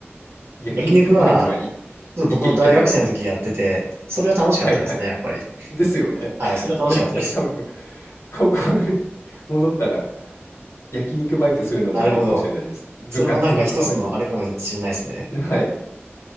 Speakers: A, on the left (about 80°); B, on the right (about 65°).
A: 焼肉バイトはい
B: 焼肉は、ちょっと僕も大学生の時やってて、
A: イケイケなので。
B: それは楽しかったですね、
A: はいはい。
B: やっぱり。
A: ですよね。
B: はい、
A: <laughs>
B: それは楽しかったです。
A: だから多分、高校に戻ったら、焼肉バイトするのもありかもしれないです。
B: <laughs> なるほど。
A: 部活の代わりに。
B: それもなんか一つのあれかもしれないですね。
A: はい。